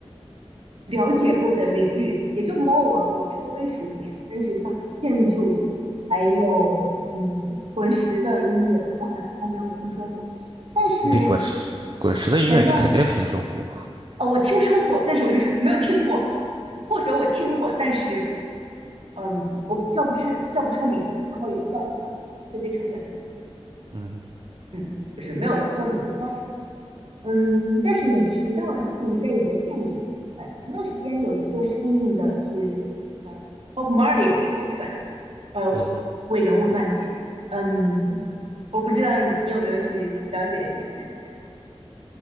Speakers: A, on the right; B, on the right.
A: 了解过的领域，也就猫王我稍微熟一点，但是像建筑，还有嗯滚石的音乐，我好像都没有听说过。但是
B: 那滚石滚石的音乐你肯定听说过，
A: 前段呃我听说过，但是我就是没有听过，或者我听过，但是嗯，我不叫不出叫不出名字，然后也叫不上乐队成员的名字，
B: 嗯哼
A: 嗯，就是没有专门钻研过嗯，但是你提到了这一类的电影，呃，前段时间有一个上映的是呃 Bob Marley 的一个伪传记，呃，
B: 嗯哼，
A: 伪人物传记，嗯，我不知道你有没有去了解一下看一下，